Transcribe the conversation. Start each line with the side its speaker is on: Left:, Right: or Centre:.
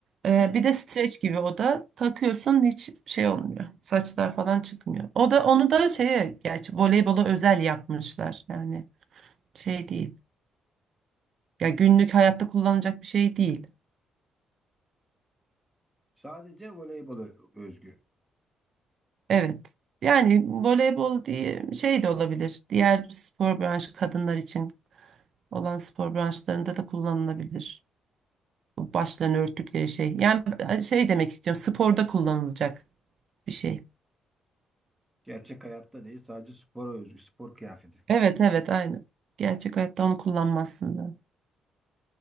Right: Ee,
Centre: ha.
Right: bir de streç gibi o da takıyorsun hiç şey olmuyor. Saçlar falan çıkmıyor. O da onu da şeye gerçi voleybola özel yapmışlar. Yani şey değil. Ya günlük hayatta kullanacak bir şey değil.
Centre: Sadece voleybola özgü.
Right: Evet. Yani voleybol diye şey de olabilir. Diğer spor branşı kadınlar için olan spor branşlarında da kullanılabilir. Bu başlarını örttükleri şey. Yani şey demek istiyorum. Sporda kullanılacak bir şey.
Centre: Gerçek hayatta değil, sadece spora özgü spor kıyafeti.
Right: Evet evet aynı. Gerçek hayatta onu kullanmazsın da.